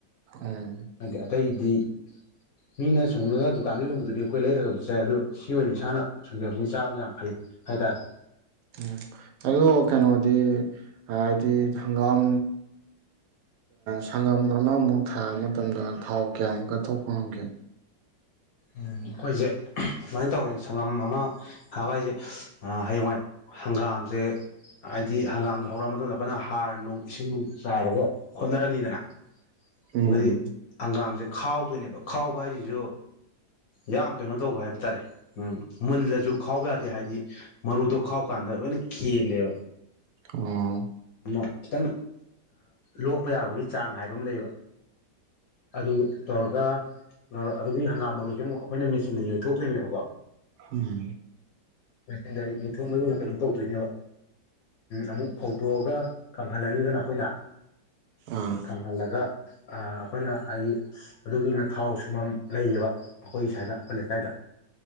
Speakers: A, on the right; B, on the left.
A: ꯎꯝ
B: ꯍꯥꯏꯗꯤ ꯑꯇꯩꯗꯤ ꯃꯤꯅ ꯁꯨꯡꯉꯒ ꯗꯨꯀꯥꯟꯗ ꯌꯣꯟꯕꯗꯨꯗꯤ ꯑꯩꯈꯣꯏ ꯂꯩꯔꯒ ꯆꯥꯏ ꯑꯗꯨ ꯁꯤ ꯑꯣꯏꯅ ꯏꯁꯥꯅ ꯁꯨꯡꯖꯕꯅ ꯆꯥꯕ ꯌꯥꯝ ꯐꯩ ꯍꯥꯏꯇꯥꯔꯦ
A: ꯎꯝ ꯑꯗ‌ꯣ ꯀꯩꯅꯣꯗꯤ ꯍꯥꯏꯗꯤ ꯍꯪꯒꯥꯝ ꯁꯪꯒꯝ ꯑꯃꯃꯨꯛ ꯊꯥꯕ ꯃꯇꯝꯗ ꯊꯥꯎ ꯀꯌꯥꯃꯨꯛꯀ ꯊꯣꯛꯄ ꯉꯝꯒꯦ
B: ꯎꯝ ꯑꯩꯈꯣꯏꯁꯦ ꯁꯨꯃꯥꯏꯅ ꯇꯧꯋꯦ ꯁꯪꯒꯝ ꯑꯃ ꯊꯥꯕ ꯍꯥꯏꯁꯦ ꯍꯌꯦꯡꯋꯥꯏ ꯍꯪꯒꯥꯝꯁꯦ ꯍꯥꯏꯗꯤ ꯍꯪꯒꯥꯝꯗ ꯍꯧꯔꯛꯑ ꯃꯇꯨꯡꯗ ꯑꯩꯈꯣꯏꯅ ꯍꯥꯔ ꯅꯨꯡ ꯏꯁꯤꯡ ꯅꯨꯡ ꯆꯥꯏꯔꯒ ꯍꯣꯠꯅꯔꯅꯤꯗꯅ
A: ꯎꯝ
B: ꯃꯔꯤ ꯍꯪꯒꯥꯝꯁꯦ ꯈꯥꯎꯗꯣꯏꯅꯦꯕ ꯈꯥꯎꯕ ꯍꯥꯏꯁꯤꯁꯨ ꯌꯥꯝ ꯀꯩꯅꯣ ꯇꯧꯕ ꯍꯥꯏꯕ ꯇꯥꯔꯦ ꯎꯝ ꯃꯨꯜꯂꯁꯨ ꯈꯥꯎꯕ ꯌꯥꯗꯦ ꯍꯥꯏꯗꯤ ꯃꯔꯨꯗꯣ ꯈꯥꯎꯀꯥꯟꯗ ꯂꯣꯏꯅ ꯀꯦꯜꯂꯦꯕ
A: ꯑꯣ
B: ꯑꯗꯨꯅ ꯈꯤꯇꯪ ꯂꯣꯛꯄ ꯌꯥꯕꯒꯤ ꯆꯥꯡ ꯍꯥꯏꯕ ꯑꯃ ꯂꯩꯕ ꯑꯗꯨ ꯇꯧꯔꯒ ꯑꯗꯨꯒꯤ ꯍꯪꯒꯥꯝ ꯃꯔꯨꯁꯦ ꯑꯃꯨꯛ ꯑꯩꯈꯣꯏꯅ ꯃꯦꯆꯤꯟꯗ ꯌꯩꯊꯣꯛꯇꯣꯏꯅꯦꯕꯀꯣ
A: ꯎꯝ
B: ꯃꯦꯆꯤꯟꯗ ꯌꯩꯊꯣꯛꯑꯕꯗꯨꯅ ꯀꯩꯅꯣ ꯇꯧꯗꯣꯏꯅꯦꯕ ꯑꯃꯨꯛ ꯐꯧꯇꯣꯛꯑꯒ ꯀꯪꯍꯜꯂꯅꯤꯗꯅ ꯑꯩꯈꯣꯏꯅ
A: ꯑꯥ
B: ꯀꯪꯍꯜꯂꯒ ꯑꯩꯈꯣꯏꯅ ꯍꯥꯏꯗꯤ ꯑꯗꯨꯒꯤꯅ ꯊꯥꯎ ꯁꯨꯝꯐꯝ ꯂꯩꯌꯦꯕ ꯑꯩꯈꯣꯏ ꯁ꯭ꯋꯥꯏꯗ ꯑꯩꯈꯣꯏ ꯂꯩꯀꯥꯏꯗ